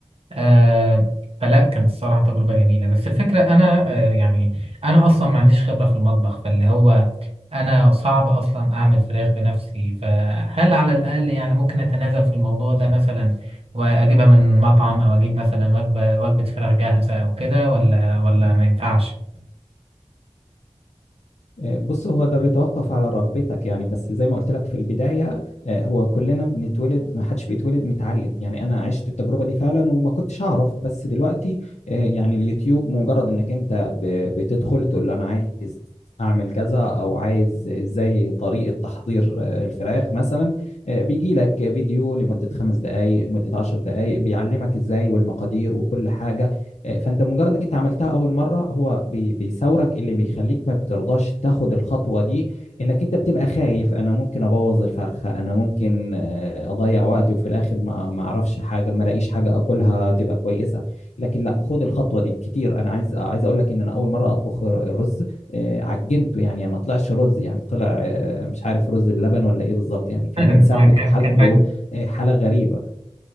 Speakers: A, on the right; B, on the left.
A: آه فلا كانت الصراحة تجربة جميلة بس الفكرة أنا آه يعني أنا أصلا ما عنديش خبرة في المطبخ فاللي هو أنا صعب أصلا أعمل فراخ بنفسي فهل على الأقل يعني ممكن أتنازل في الموضوع ده مثلا وأجيبها من مطعم أو أجيب مثلا وجبة وجبة فراخ جاهزة أو كده ولا ولا ما ينفعش؟
B: آه، بص هو ده بيتوقف على رغبتك يعني بس زي ما قلت لك في البداية آه، هو كلنا بنتولد ما حدش بيتولد متعلم يعني أنا عشت التجربة دي فعلا وما كنتش أعرف بس دلوقتي آه، يعني اليوتيوب مجرد إنك أنت ب- بتدخل تقول له أنا عايز أعمل كذا أو عايز إزاي طريقة تحضير آه، الفراخ مثلا آه، بيجي لك فيديو لمدة خمس دقايق مدة عشر دقايق بيعلمك إزاي والمقادير وكل حاجة آه، فانت مجرد انك انت عملتها اول مره هو بي- بيثورك اللي بيخليك ما بترضاش تاخد الخطوه دي انك انت بتبقى خايف انا ممكن ابوظ الفرخه انا ممكن آه، اضيع وقتي وفي الاخر ما ما اعرفش حاجه ما الاقيش حاجه اكلها تبقى كويسه لكن لا خد الخطوه دي كتير انا عايز عايز اقول لك ان انا اول مره اطبخ الرز آه، عجنته يعني ما طلعش رز يعني طلع آه، مش عارف رز بلبن ولا ايه بالظبط يعني كان
A: <laughs>
B: متسبك وحالته
A: كان
B: آه، حاله غريبه